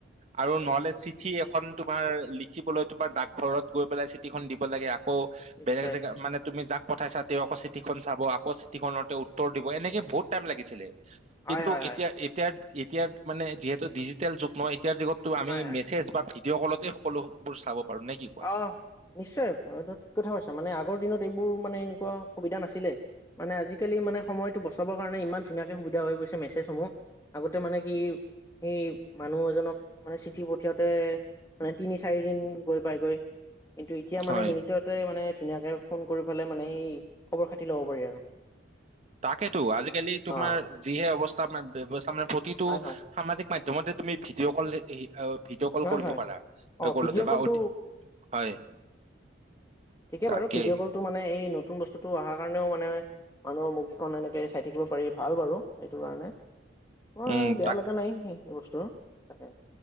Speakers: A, on the right (about 35°); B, on the left (about 15°).
A: আৰু নহলে চিঠি এখন তোমাৰ লিখিবলৈ তোমাৰ ডাকঘৰত গৈ পেলাই চিঠিখন দিব লাগে আকৌ
B: নিশ্চয়
A: বেলেগ জেগা মানে তুমি যাক পঠাইচা তেওঁ আকৌ চিটিখন চাব আকৌ চিটিখনতে উত্তৰ দিব এনেকে বহুত টাইম লাগিছিলে
B: হয়
A: কিন্তু
B: হয়
A: এতিয়া
B: হয়
A: এতিয়াৰ এতিয়াৰ মানে যিহেতু ডিজিটেল যুগ ন এতিয়াৰ যুগত টো আমি
B: হয় হয়
A: মেছেজ বা ভিডিঅ' কলতে সকলোবোৰ চাব পাৰো নে কি কোৱা?
B: অ নিশ্চয় এইটো ঠিক কথা কৈছ মানে আগৰ দিনত এইবোৰ মানে এনেকুৱা সুবিধা নাছিলে মানে আজিকালি মানে সময়টো বচাবৰ কাৰণে ইমান ধুনীয়াকে সুবিধা হৈ পৰিছে মেছেজসমূহ আগতে মানে কি সেই মানুহ এজনক মানে চিঠি পঠিয়াওঁতে মানে তিনি চাৰিদিন গৈ পাইগৈ কিন্তু এতিয়া
A: হয়।
B: মানে মিনিটত মানে ধুনীয়াকে ফোন কৰি পেলাই মানে সেই খবৰ খাতি ল'ব পাৰি আৰু
A: তাকেতো আজিকালি তোমাৰ
B: অ
A: যিহে অৱস্থা ব্যৱস্থা মানে প্ৰতিটো
B: হয় হয়
A: সামাজিক মাধ্যমতে তুমি ভিডিঅ' কল এই অ ভিডিঅ' কল
B: হয়
A: কৰিব
B: হয়
A: পাৰা
B: অ
A: কলো
B: ভিডিঅ'
A: বা
B: কলটো
A: অডিঅ হয়
B: ঠিকে
A: তাকে
B: বাৰু ভিডিঅ' কলটো মানে এই নতুন বস্তুটো অহাৰ কাৰণেও মানে মানুহৰ মুখকেইখন এনেকে চাই থাকিব পাৰি ভাল বাৰু সেইটো কাৰণে অ
A: উম
B: বেয়া
A: তাক
B: লগা নাই সেই বস্তু তাকে